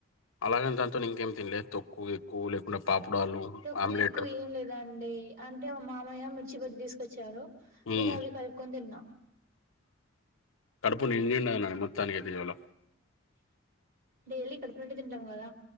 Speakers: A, on the left; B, on the right.
A: అలాగనే దాంతో ఇంకేం తినలేదు తక్కువ ఎక్కువ లేకుండా పాపడాలు
B: తక్కువ
A: ఆమ్లెట్
B: ఎక్కువ ఏం లేదండి అంటే మా మామయ్య మిర్చి బజ్జి తీసుకొచ్చారు
A: ఉమ్,
B: ఇక అవి కలుపుకొనీ తిన్నా
A: కడుపు నిండిండని మొత్తానికితే ఇవాళ
B: డైలీ కడుపు నిండా తింటాం కదా